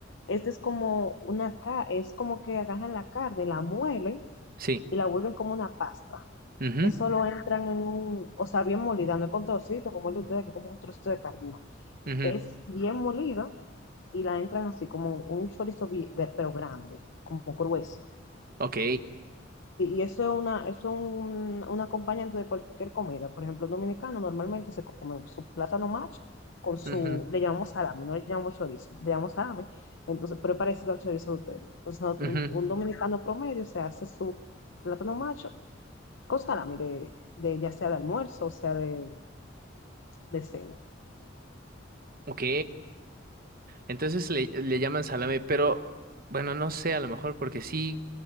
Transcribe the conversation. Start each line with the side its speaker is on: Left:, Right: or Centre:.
Left: Este es como una ca- es como que agarran la carne, la muelen
Right: Sí.
Left: y la vuelven como una pasta.
Right: Mhm.
Left: Eso lo entran en un, o sea, bien molida, no es con trocito como el de ustedes, que es como un trocito de carne, no.
Right: Mhm.
Left: Es bien molida y la entran así como un chorizo, bi- pero grande, como grueso.
Right: Ok.
Left: Sí, y eso es una, eso es un, un acompañante de cualquier comida. Por ejemplo, un dominicano normalmente se come su plátano macho con su,
Right: Mhm.
Left: le llamamos salami, no le llamamos chorizo, le llamamos salami. Entonces, pero es parecido al chorizo de ustedes. Entonces, no,
Right: Mhm.
Left: un, un dominicano promedio se hace su plátano macho con salami, de, de, ya sea de almuerzo o sea de, de cena.
Right: Ok. Entonces le, le llaman salame, pero bueno, no sé, a lo mejor porque sí.